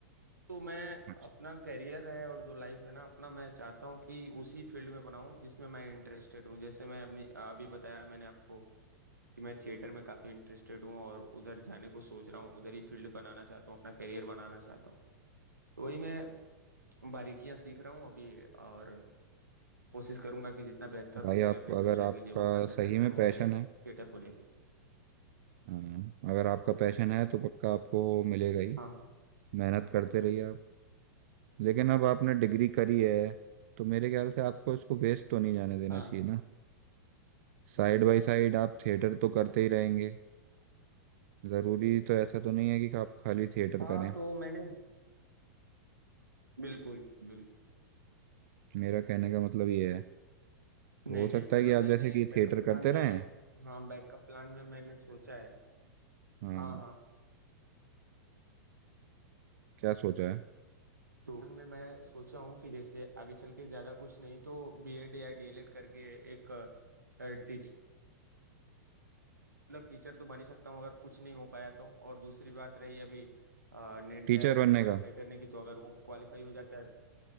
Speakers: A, on the right; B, on the right.
A: तो मैं
B: अच्छा
A: अपना करियर है और जो लाइफ है ना अपना मैं चाहता हूँ कि उसी फील्ड में बनाऊँ जिसमें मैं इंटरेस्टेड हूँ जैसे मैं अपनी अभी बताया मैंने आपको कि मैं थिएटर में काफ़ी इंटरेस्टेड हूँ और उधर जाने को सोच रहा हूँ उधर ही फील्ड बनाना चाहता हूँ अपना करियर बनाना चाहता हूँ तो वही मैं बारीकियां सीख रहा हूँ अभी और कोशिश करूंगा कि जितना बेहतर
B: भाई
A: हो सके
B: आप
A: अपने फ्यूचर
B: अगर आपका
A: के लिए उतना बेहतर
B: सही में
A: करूँ
B: पैशन
A: अपने
B: है
A: थिएटर को लेके
B: अ, अगर आपका पैशन है तो पक्का आपको मिलेगा ही
A: हाँ हाँ
B: मेहनत करते रहिए आप लेकिन अब आपने डिग्री करी है तो मेरे ख्याल से आपको इसको वेस्ट तो नहीं जाने देना
A: हाँ
B: चाहिए ना साइड बाय साइड आप थिएटर तो करते ही रहेंगे ज़रूरी तो ऐसा तो नहीं है कि आप खाली थिएटर
A: हाँ
B: करें
A: तो मैंने बिल्कुल बिल्कुल
B: मेरा कहने का मतलब ये है तो
A: नहीं
B: हो सकता
A: नहीं मतलब
B: है कि आप
A: मैंने
B: जैसे कि
A: एक बैकअप
B: थिएटर
A: प्लान
B: करते रहें
A: में हाँ बैकअप प्लान में मैंने सोचा है
B: हाँ
A: हाँ हाँ
B: क्या सोचा है
A: तो उनमें मैं सोचा हूँ कि जैसे आगे चल के ज़्यादा कुछ नहीं तो बीएड या डीएलएड करके एक टीचर मतलब टीचर तो बन ही सकता हूँ अगर कुछ नहीं हो पाया तो और दूसरी बात रही अभी नेट जेआरएफ
B: टीचर बनने
A: क्वालिफाई
B: का
A: करने की तो अगर वो क्वालिफाई हो जाता है